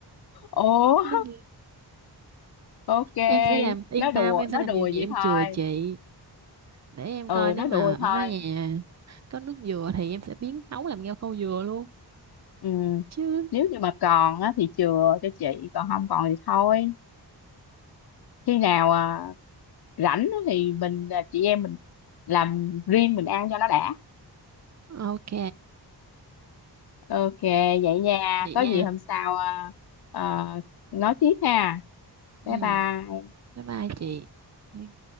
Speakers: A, on the left; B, on the right.
A: Ủa,
B: nên
A: ok,
B: em sẽ làm yên
A: nó đùa,
B: tâm em sẽ
A: nó
B: làm
A: đùa
B: nhiều
A: vậy
B: nhạc em
A: thôi.
B: chừa chị để em
A: Ừ,
B: coi nếu
A: nó
B: mà
A: đùa thôi.
B: ở đó nhà có nước dừa thì em sẽ biến nấu làm ngao câu dừa luôn
A: Ừ.
B: chứ
A: Nếu như mà còn á, thì chừa cho chị, còn không còn thì thôi. Khi nào à, rảnh á thì mình à, chị em mình làm riêng mình ăn cho nó đã.
B: ok
A: Ok, vậy nha.
B: vậy
A: Có
B: nha
A: gì hôm sau à, à, nói tiếp ha.
B: ừ
A: Bye bye.
B: bye bye chị